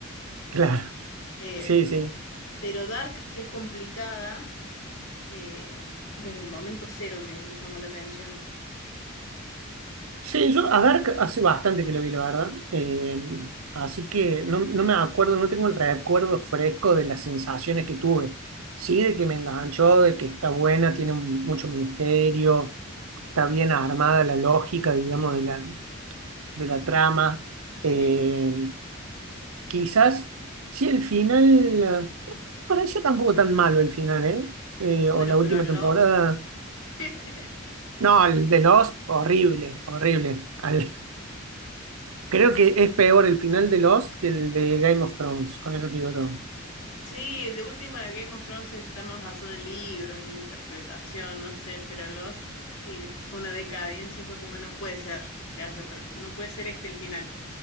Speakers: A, on the right; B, on the left.
A: claro,
B: Eh,
A: sí, sí.
B: pero Dark, que es complicada, eh, desde el momento cero me, me llamó la atención.
A: Sí, yo a Dark hace bastante que lo vi, la verdad. Eh, así que no, no me acuerdo, no tengo el recuerdo fresco de las sensaciones que tuve. Sí, de que me enganchó, de que está buena, tiene un- mucho misterio, está bien armada la lógica, digamos, de la, de la trama.
B: Sí.
A: Eh, quizás, sí, el final, eh, parecía tampoco tan malo el final, ¿eh? Eh,
B: Bueno,
A: o la última
B: pero Lost.
A: temporada.
B: <laughs>
A: No, el de Lost, horrible, horrible. Al- Creo que es peor el final de Lost que el de Game of Thrones, con eso te digo todo.
B: Sí, de última Game of Thrones está más basado en libros, en interpretación, no sé, pero Lost eh, fue una decadencia, fue como no puede ser que haya ter- no puede ser este el final.